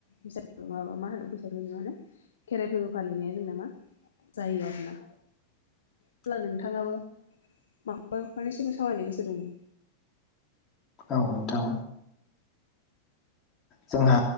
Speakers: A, on the left (about 65°); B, on the left (about 25°).
A: बैसाग माबा मा होनो बैसागुनि मा होनो खेराइ फोरबो फालिनाया जोंना मा जायो आरो ना
B: <inaudible>
A: अब्ला नोंथाङाबो माबाफोरनिसिम सावरायनो गोसो दंमोन
B: औ नोंथां जोंहा